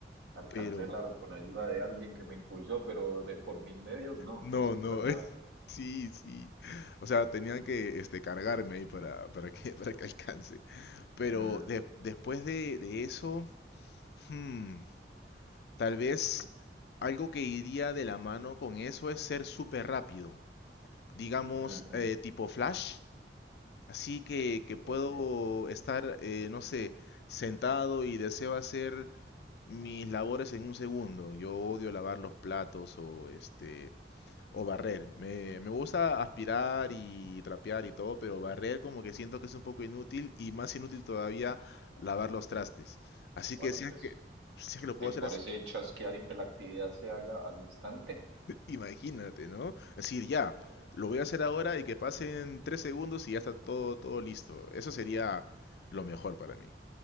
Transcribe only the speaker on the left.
Pero...
No,
no,
<laughs> sí, sí. O sea, tenían que este, cargarme ahí para, para que, <laughs> para que alcance. Pero
de- después de, de eso, hmm, tal vez algo que iría de la mano con eso es ser súper rápido. Digamos,
eh, tipo Flash. Así que, que puedo
estar, eh, no sé, sentado y deseo hacer mis labores en un segundo. Yo odio lavar los platos o este, o barrer. Me, me gusta aspirar y trapear y todo, pero barrer como que siento que es un poco inútil y más inútil todavía lavar los trastes. Así
que si
es que, si es que lo
puedo
hacer así,
<laughs> imagínate, ¿no? Es decir, ya,
lo voy a hacer ahora y que pasen tres segundos y ya está todo, todo listo. Eso sería lo mejor para mí.